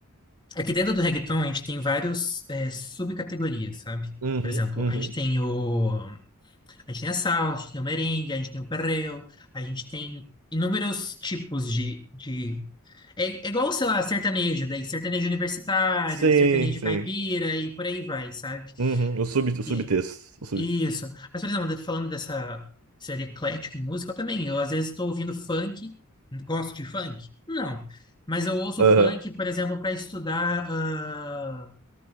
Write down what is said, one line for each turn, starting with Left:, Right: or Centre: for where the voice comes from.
Left: Aqui dentro do reggaeton a gente tem vários é, subcategorias, sabe?
Right: Uhum,
Left: Por exemplo,
Right: uhum.
Left: a gente tem o a gente tem a salsa, a gente tem o merengue, a gente tem o perreo, a gente tem inúmeros tipos de, de... É, é igual, sei lá, sertanejo, daí sertanejo universitário,
Right: Sim,
Left: sertanejo
Right: sim.
Left: caipira e por aí vai, sabe?
Right: Uhum. O sub, o subtexto.
Left: E
Right: O sub,
Left: e isso. Mas, por exemplo, falando dessa ser eclético em música, eu também, eu às vezes estou ouvindo funk, gosto de funk? Não. Mas eu ouço
Right: aham.
Left: funk, por exemplo, para estudar ah,